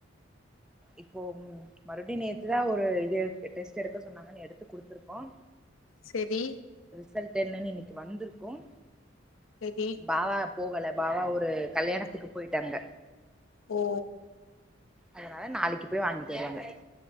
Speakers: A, in the centre; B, on the left (about 85°).
A: இப்போ மறுபடியும் நேத்துதான் ஒரு இது டெஸ்ட் எடுக்க சொன்னாங்கன்னு எடுத்து குடுத்துருக்கோம்
B: செரி
A: ரிசல்ட் என்னன்னு இன்னைக்கு வந்திருக்கும்
B: செரி
A: பாவாப் போகல பாவா ஒரு கல்யாணுத்துக்கு. போயிடாங்க.
B: ஓ
A: அதனால நாளைக்கு போய் வாங்கிட்டு வருவாங்க.